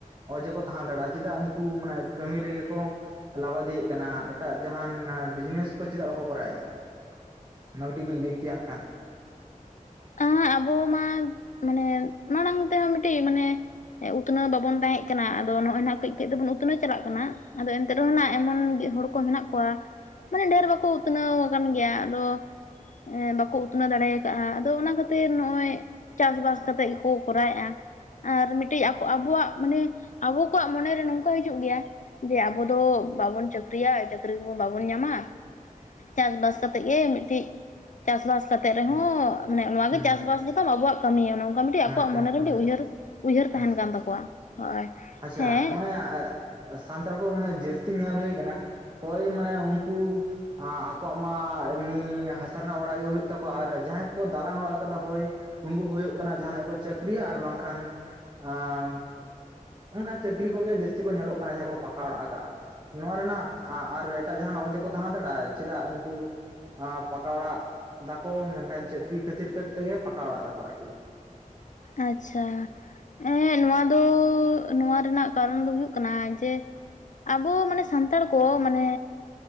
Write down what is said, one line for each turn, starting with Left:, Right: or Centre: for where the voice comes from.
Right: ᱦᱚ-ᱚᱭ ᱡᱮ ᱠᱚ ᱛᱟᱦᱮᱸ ᱫᱟᱲᱮᱭᱟᱜ-ᱟ ᱪᱮᱫᱟᱜ ᱩᱱᱠᱩ ᱢᱟᱱᱮ ᱠᱟᱹᱢᱤ ᱨᱮᱜᱮ ᱠᱚ ᱞᱟᱵᱟᱫᱤᱭᱜ ᱠᱟᱱᱟ ᱮᱴᱟᱜ ᱡᱟᱦᱟᱱ ᱚᱱᱟ ᱵᱤᱡᱽᱱᱮᱥ ᱠᱚ ᱪᱮᱫᱟᱜ ᱵᱟᱠᱚ ᱠᱚᱨᱟᱣᱮᱫ-ᱟ ᱚᱱᱟ ᱠᱟᱹᱴᱤᱡ ᱵᱮᱱ ᱞᱟᱹᱭ ᱠᱮᱭᱟ ᱠᱷᱟᱱ?
Left: ᱟᱸ ᱟᱵᱚ ᱢᱟᱱᱮ ᱢᱟᱲᱟᱝ ᱛᱮᱦᱚᱸ ᱢᱤᱫᱴᱤᱡ ᱢᱟᱱᱮ ᱩᱛᱱᱟᱹᱣ ᱵᱟᱵᱚᱱ ᱛᱟᱦᱮᱸ ᱠᱟᱱᱟ ᱟᱫᱚ ᱱᱚᱭ ᱱᱟᱜ ᱠᱟᱹᱡ ᱠᱟᱹᱡ ᱛᱮᱵᱚᱱ ᱩᱛᱱᱟᱹᱣ ᱪᱟᱞᱟᱜ ᱠᱟᱱᱟ᱾ ᱟᱫᱚ ᱮᱱᱛᱮ ᱨᱮᱦᱚᱸ ᱱᱟᱜ ᱮᱢᱚᱱ ᱜᱤ ᱦᱚᱲ ᱠᱚ ᱢᱮᱱᱟᱜ ᱠᱚᱣᱟ᱾ ᱢᱟᱱᱮ ᱰᱷᱮᱨ ᱵᱟᱠᱚ ᱩᱛᱱᱟᱹᱣ ᱟᱠᱟᱱ ᱜᱮᱭᱟ ᱟᱫᱚ ᱮᱸ ᱵᱟᱠᱚ ᱩᱛᱱᱟᱹᱣ ᱫᱟᱲᱮᱣ ᱠᱟᱜᱼᱟ᱾ ᱫᱚ ᱟᱫᱚ ᱚᱱᱟ ᱠᱷᱟᱹᱛᱤᱨ ᱱᱚᱜᱼᱚᱭ ᱪᱟᱥ ᱵᱟᱥ ᱠᱟᱛᱮᱜ ᱜᱮᱠᱚ ᱠᱚᱨᱟᱣᱮᱫ-ᱟ᱾ ᱟᱨ ᱢᱤᱫᱴᱮᱡ ᱟᱠᱚ ᱟᱵᱚᱣᱟᱜ ᱢᱟᱱᱮ ᱟᱵᱚ ᱠᱚᱣᱟᱜ ᱢᱚᱱᱮᱨᱮ ᱱᱚᱝᱠᱟ ᱦᱤᱡᱩᱜ ᱜᱮᱭᱟ ᱡᱮ ᱟᱵᱚ ᱫᱚ ᱵᱟᱵᱚᱱ ᱪᱟᱹᱠᱨᱤᱭᱟ ᱪᱟᱹᱠᱨᱤ ᱠᱚᱵᱚᱱ ᱵᱟᱵᱚᱱ ᱧᱟᱢᱟ᱾ ᱪᱟᱥ-ᱵᱟᱥ ᱠᱟᱛᱮᱫ ᱜᱮ ᱢᱤᱫᱴᱤᱡ ᱪᱟᱥ-ᱵᱟᱥ ᱠᱟᱛᱮ ᱨᱮᱦᱚᱸ
Right: ᱦᱮᱸ
Left: ᱢᱟᱱᱮ ᱱᱚᱣᱟ
Right: ᱦᱮᱸ
Left: ᱜᱮ ᱪᱟᱥ-ᱵᱟᱥ ᱜᱮᱛᱟᱢ ᱟᱵᱚᱣᱟᱜ ᱠᱟᱹᱢᱤ ᱚᱱᱚ-ᱚᱝᱠᱟ ᱵᱤᱱ ᱴᱤᱡ
Right: ᱦᱮᱸ
Left: ᱟᱠᱚᱣᱟᱜ
Right: ᱢᱤᱫᱴᱟᱝ
Left: ᱢᱚᱱᱮ
Right: ᱠᱟᱹᱢᱤ
Left: ᱨᱮ ᱢᱤᱫᱴᱤᱡ
Right: ᱟᱨᱠᱤ
Left: ᱩᱭᱦᱟᱹᱨ ᱩᱭᱦᱟᱹᱨ
Right: ᱟᱪᱪᱷᱟ
Left: ᱛᱟᱦᱮᱸᱱ ᱠᱟᱱ
Right: ᱟᱪᱪᱷᱟ
Left: ᱛᱟᱠᱚᱣᱟ᱾ ᱦᱳᱭ᱾
Right: ᱟᱪᱪᱷᱟ,
Left: ᱦᱮᱸ
Right: ᱱᱚᱜᱼᱚᱭ ᱟ ᱥᱟᱱᱛᱟᱲ ᱠᱚ ᱢᱟᱱᱮ ᱡᱟᱹᱥᱛᱤ ᱧᱮᱞ ᱦᱩᱭ ᱟᱠᱟᱱᱟ ᱦᱳᱭ ᱢᱟᱱᱮ ᱩᱱᱠᱩ ᱟ ᱟᱠᱚᱣᱟᱜ ᱢᱟ ᱮᱢᱱᱤ ᱦᱟᱥᱟ ᱨᱮᱱᱟᱜ ᱚᱲᱟᱜ ᱜᱮ ᱦᱩᱭᱩᱜ ᱛᱟᱠᱚᱣᱟ ᱟᱨ ᱡᱟᱦᱟᱸᱭ ᱠᱚᱠᱚ ᱫᱟᱞᱟᱱ ᱚᱲᱟᱜ ᱠᱟᱫᱟ ᱦᱳᱭ ᱩᱱᱠᱩ ᱠᱚ ᱦᱩᱭᱩᱜ ᱠᱟᱱᱟ ᱡᱟᱦᱟᱸᱱᱟᱜ ᱜᱮᱠᱚ ᱪᱟᱹᱠᱨᱤᱭᱟ ᱟᱨ ᱵᱟᱝᱠᱷᱟᱱ ᱮᱢ ᱚᱱᱠᱟᱱ ᱪᱟᱹᱠᱨᱤ ᱠᱚᱜᱮ ᱡᱟᱹᱥᱛᱤ ᱠᱚ ᱧᱮᱞᱚᱜ ᱠᱟᱱᱟ ᱡᱟᱦᱟᱸᱭ ᱠᱚ ᱯᱟᱠᱟ ᱚᱲᱟᱜ ᱟᱠᱟᱟᱜᱼᱟ᱾ ᱱᱚᱣᱟ ᱨᱮᱱᱟᱜ ᱟ-ᱟᱨ ᱮᱴᱟᱜ ᱡᱟᱦᱟᱸᱱᱟᱜ ᱚᱡᱮ ᱠᱚ ᱛᱟᱦᱮᱸ ᱫᱟᱲᱮᱭᱟᱜᱼᱟ, ᱪᱮᱫᱟᱜ ᱩᱱᱠᱩ ᱟᱸ ᱯᱟᱠᱟ ᱚᱲᱟᱜ ᱫᱟᱠᱚ ᱢᱮᱱᱠᱷᱟᱱ ᱪᱟᱹᱠᱨᱤ ᱠᱷᱟᱹᱛᱤᱨ ᱠᱟᱛᱛᱮᱜᱮ ᱯᱟᱠᱟ ᱚᱲᱟᱜ ᱫᱟᱠᱚ ᱟᱨᱠᱤ᱾
Left: ᱟᱪᱪᱷᱟ᱾ ᱮᱦᱮᱸ ᱱᱚᱣᱟ ᱫᱚᱻ ᱱᱚᱣᱟ ᱨᱮᱱᱟᱜ ᱠᱟᱨᱚᱱ ᱫᱚ ᱦᱩᱭᱩᱜ ᱠᱟᱱᱟ ᱡᱮ ᱟᱵᱚ ᱢᱟᱱᱮ ᱥᱟᱱᱛᱟᱲ ᱠᱚ ᱢᱟᱱᱮ